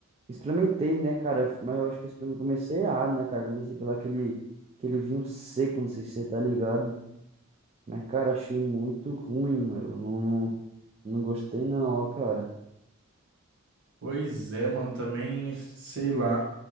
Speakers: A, on the right; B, on the right.
A: experimentei, né, cara, mas eu acho que eu experimentei, comecei errado, né, cara, comecei pelo aquele, aquele vinho seco, não sei se você tá ligado. Mas, cara, achei muito ruim, meu. Não, não, não gostei não, ó, cara.
B: Pois é, mano, também, sei lá.